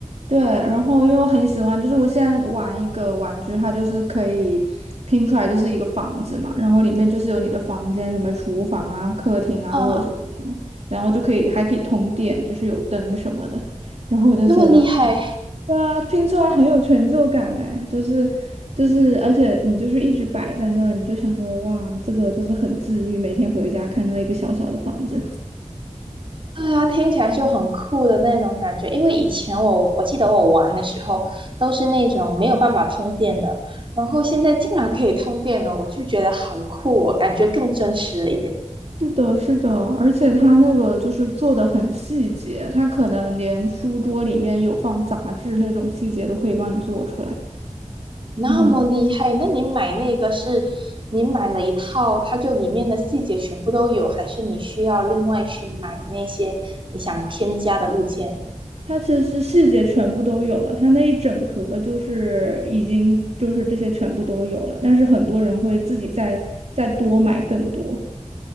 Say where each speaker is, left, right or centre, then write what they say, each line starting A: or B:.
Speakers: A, on the right; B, on the right.
A: 对，然后因为我很喜欢，就是我现在玩一个玩具，它就是可以拼出来就是一个房子嘛，然后里面就是有你的房间，什么厨房啊、客厅啊、
B: 啊，
A: 卧室啊，然后就可以还可以通电，就是有灯什么的，然后我就觉得，
B: 那么厉害！
A: 对啊，拼出来很有成就感哎，就是就是，而且你就是一直摆在那，你就想说哇，这个就是很治愈，每天回家看到一个小小的房子。
B: 对呀，听起来就很酷的那种感觉。因为以前我我记得我玩的时候都是那种没有办法通电的，然后现在竟然可以通电了，我就觉得好酷哦，感觉更真实了一点。
A: 是的，是的，而且它那个就是做的很细节，它可能连书桌里面有放杂志那种细节都可以帮你做出来。
B: 那么厉害，
A: 然后
B: 那你买那个是你买了一套，它就里面的细节全部都有，还是你需要另外去买那些你想添加的物件？
A: 它其实细节全部都有了，它那一整盒就是已经就是这些全部都有了，但是很多人会自己再再多买更多，